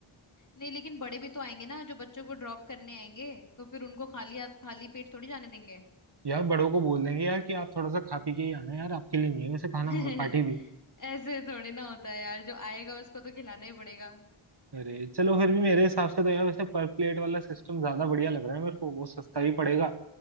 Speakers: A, on the left (about 40°); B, on the right (about 55°).
A: नहीं लेकिन बड़े भी तो आएंगे ना जो बच्चों को ड्रॉप करने आएंगे तो फिर उनको खाली हाथ खाली पेट थोड़ी जाने देंगे
B: यार बड़ों को बोल देंगे यार कि आप थोड़ा सा खा पी के ही आना यार आपके लिए नहीं है वैसे खाना
A: <laughs>
B: और पार्टी भी
A: ऐसे थोड़ी ना होता है यार जो आएगा उसको तो खिलाना ही पड़ेगा
B: अरे चलो फिर भी मेरे हिसाब से तो यार वैसे पर प्लेट वाला सिस्टम ज्यादा बढ़िया लग रहा है मेरे को वो सस्ता भी पड़ेगा